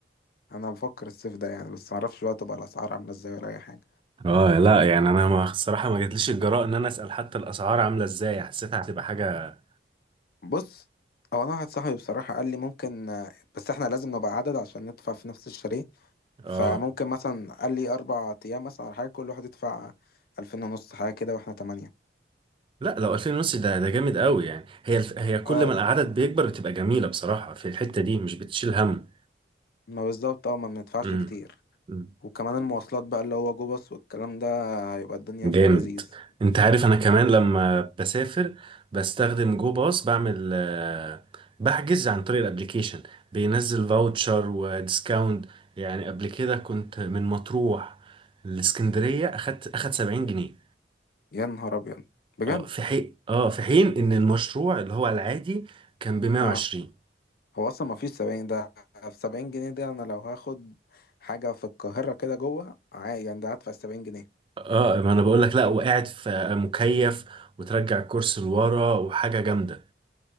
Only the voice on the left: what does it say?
انا بفكر الصيف ده يعني بس معرفش بقى تبقى الاسعار عاملة ازاي ولا اي حاجة
بص هو انا واحد صاحبي بصراحة قال لي ممكن آه، بس احنا لازم نبقى عدد عشان ندفع في نفس الشاليه فممكن
مثلا قال لي اربع ايام مثلا على حاجة كل واحد يدفع الفين ونص حاجة كده واحنا تمانية
اه
ما بالظبط اه ما بندفعش
كتير
وكمان المواصلات بقى اللي هو جو باص والكلام ده هيبقى الدنيا
في اللذيذ
يا نهار ابيض بجد
اه هو اصلا ما فيش 70 ده في 70 جنيه دي انا لو هاخد حاجه في القاهره كده جوه عادي يعني ده هدفع 70 جنيه